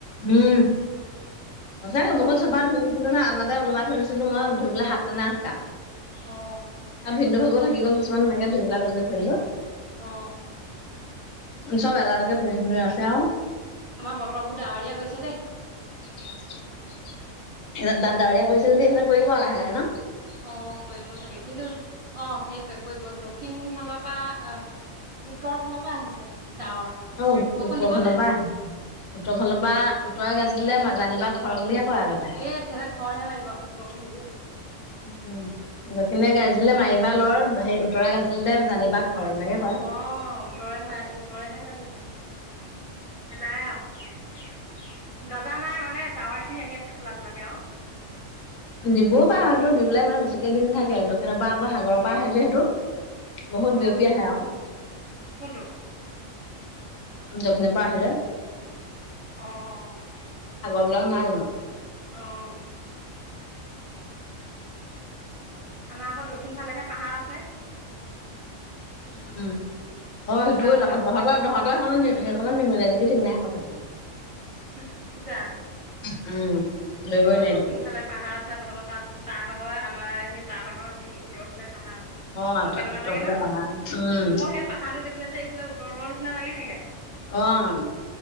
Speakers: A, on the left (about 80°); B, on the right (about 50°).
A: উম, সচ
B: ৰ'দত
A: বহুত চপা ধুই থুলো নহ আলনাতে ওলমাই থই দিছিলো। ছিলো মই ধুইবেলা সাতটা না আঠটা
B: অ
A: আৰু ভিন্দু ভাগো থাকি গ'ল গ মান মনেকে ধুবলাকজ থলো।
B: অ',
A: চব এটা একে প্ৰ আছে আৰু।
B: আমাৰ বতৰ বোৰ ডাৱৰীয়া কৰিছে দেই।
A: তাত ডাৱৰীয়া কৰিছেদি এইফালে কৰিব আৰু লাহে - লাহে ন।
B: অ, কৰিব চাগে কিন্তু অ, সেইটোৱে কৰিব দক্ষিণ ফালৰ প আহ উত্তৰৰ ফালৰ পৰা আহিছে। ডাৱৰ
A: অ,
B: বৰষুণ
A: উত্তৰ
B: দিব
A: ফালৰ
B: নাই
A: পৰা আহি উত্তৰ ফালৰ পৰা উত্তৰে গাজিলোজানিবা ঘৰ বুলিহে কয় আগতে।
B: এ- এতিৰা খৰহে মাৰিব বৰষুণ নিদিয়ে।
A: উম - উম দক্ষিণে গাৰ্জুলে মাৰিবা লৰ সেই উত্তৰে গাৰ্জিলে জানিবা। খৰ তেনেকে কয়।
B: অ, উত্তৰে ম উত্তৰেহে গাজিছে। সটাই অ, গজা নাই মানে গাৱৰ খিনি আহি আছে কোলা কোলাকে অ,
A: দিবও পাৰে হয়েইটো দি পেলাই ইমান বেছিকে দিন থাকে দক্ষিণৰ পৰা আকৌ সাগৰৰ পৰা আহি যে সেইটো বহুত
B: অ
A: জপিয় আহে অ,
B: কোনটো
A: দক্ষিণৰ পৰা আহিলে।
B: অ - অ।
A: হ্ল নাজো।
B: অহ ', আমাৰ আকৌ দক্ষিণ ফালেহে পাহাৰ আছে।
A: উম, অ, সেইটোয়ে
B: তাত
A: যাবা তাহতৰ দহ সেইখনক নি সেইখনত নিমিলে নেকি ঠিক নাই কথাটো।
B: <unintelligible> জানো
A: উম ধৰিবই
B: আমাৰ
A: নোৱাৰি
B: দক্ষিণ
A: দেখোন
B: ফালে পাহাৰ আছে তহঁতৰ তাত তাঁত আকৌ আমাৰ সেই তাঁত আকৌ সেই উত্তৰফালে পাহাৰ আছে
A: অ
B: কেনেকুৱা
A: উত্তৰ
B: লাগে
A: ফালে
B: ন
A: পাহাৰ উম
B: মই সেই পাহাৰটো কেলে যে এইফালে উত্তৰ নিচনা লাগি থাকে
A: অ',